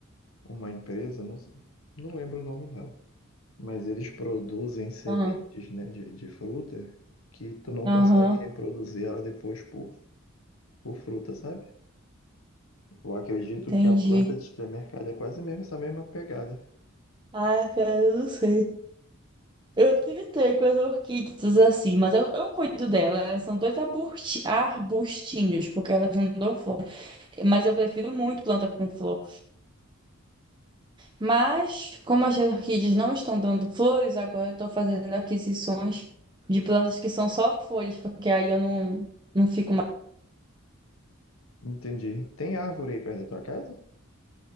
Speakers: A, on the left (about 70°); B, on the right (about 20°).
A: uma empresa, não, sei- não lembro o nome dela. mas eles produzem sementes,
B: Ah,
A: né, de, de fruta que tu não
B: Aham,
A: consegue reproduzir ela depois por, por fruta, sabe? Eu acredito
B: entendi.
A: que a planta de supermercado é quase mesmo essa mesma pegada.
B: Ah, cara, eu não sei. Eu tentei com as orquídeas assim, mas eu, eu cuido delas. Elas são dois aburti- arbustinhos, porque elas não dão flor. Mas eu prefiro muito planta com flor. Mas, como as orquídeas não estão dando flores, agora eu estou fazendo aquisições de plantas que são só folhas, porque aí eu não, não fico
A: Entendi. Tem árvore aí perto da tua casa?